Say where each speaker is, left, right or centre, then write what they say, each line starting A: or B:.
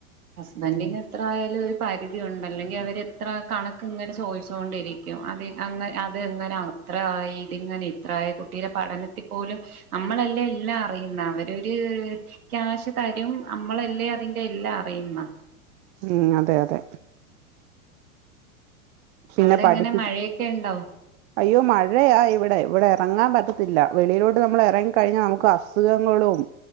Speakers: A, on the right; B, on the right.
A: ഹസ്ബൻന്റിന്
B: ഉം
A: എത്ര ആയാലും ഒരു പരിധിയ ഉണ്ട അല്ലെങ്കിൽ അവര്ത്ര കണക്ക് ഇങ്ങനെ ചോദിചോണ്ടിരിക്കും അത് അെ <unintelligible> അത് എങ്ങന ഇത്ര ആ ഇതിങ്ങനെ ഇത്രായ കുട്ടിയുടെ പഠനത്തിൽ പോലും നമ്മളല്ലേ എല്ലാം അറിയുന്ന അവരരു ക്യാഷ് തരും നമ്മളല്ലേ അതിന്റെ എല്ലാം അറിയുന്ന
B: ഉം അതെ അതെ പിന്നെ
A: അവിടെ
B: പഠിപ്പിക്കും
A: എങ്ങനെ മഴയൊക്കെ ഉണ്ടോ
B: അയ്യോ മഴയാ ഇവിടെ ഇവിടെ ഇറങ്ങാൻ പറ്റത്തില്ല വെളിയിലോട്ട് നമ്മൾ ഇറങ്ങി കഴിഞ്ഞാൽ നമുക്ക് അസുഖങ്ങളും